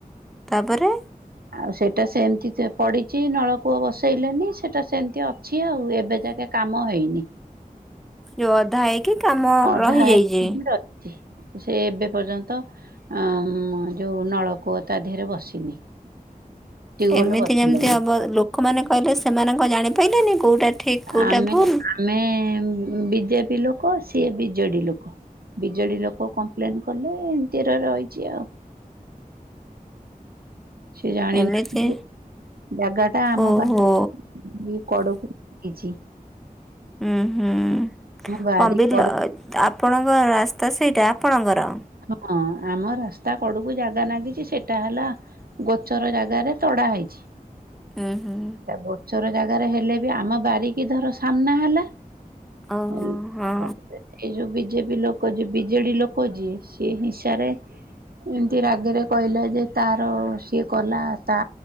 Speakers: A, in the centre; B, on the right (about 80°).
A: ତାପରେ
B: ଆଉ ସେଇଟା ସେମିତି ପଡିଛି ନଳକୂଅ ବସେଇଲେନି ସେଟା ସେମିତି ଅ ଅଛି ଆଉ ଏବେ ଯାକେ କାମ ହେଇନି।
A: ଯୋଉ ଅଧା ହେଇକି କାମ
B: ଅଧା
A: ରହିଯାଇଛି?
B: ହେଇକି ସେ ଏବେ ପର୍ଯ୍ୟନ୍ତ ଅ ମ୍ ଯୋଉ ନଳକୂଅ ତା ଦେହରେ ବ ବସିନି। ଟ୍ୟୁବଲ
A: ଏମିତି
B: ବସିଲାନି।
A: କେମିତି ହବ ଲୋକମାନେ କହିଲେ ସେମାନ କଣ ଜାଣିପାରିଲେନି କୋଉଟା ଠିକ୍ କୋଉଟା
B: ଆମେ
A: ଭୁଲ?
B: ଆମେ ବିଜେପି ଲୋକ ସିଏ ବିଜେଡ଼ି ଲୋକ। ବିଜେଡ଼ି ଲୋକ କମ୍ପ୍ଲେନ୍ କଲେ ଏମିତିରେ ରହିଛି ଆଉ। ସେ ଜାଣିନାନ୍ତି
A: ଏମିତି
B: ଯେ ଜାଗା ଟା ଆମ
A: ଓହୋ
B: ପାଇଁ ମୁ କଡ଼କୁ ହେଇଛି।
A: ଉଁ ହୁଁ
B: ବାରି
A: କଣ ବିଲ
B: କଡ
A: ଆପଣଙ୍କ ରାସ୍ତା ସେଇଟା ଆପଣଙ୍କର?
B: ହଁ ଆମ ରାସ୍ତା କଡୁକୁ ଜାଗା ଲାଗିଛି ସେଟା ହେଲା ଗୋଚର ଜାଗାରେ ତଡ଼ା ହେଇଛି।
A: ଉଁ।
B: ଗୋଚର ଜାଗାରେ ହେଲେ ବି ଆମ ବାରିକି ଧର ସାମ୍ନା ହେଲା।
A: ଓହୋ
B: ଏଇ
A: ହଁ
B: ଯୋଉ ବିଜେପି ଲୋକ ଯୋଉ ବିଜେଡି ଲୋକ ଯିଏ। ସିଏ ହିଂସାରେ ଏମିତି ରାଗରେ କହିଲା ଯେ ତାର ସିଏ କଲା ତା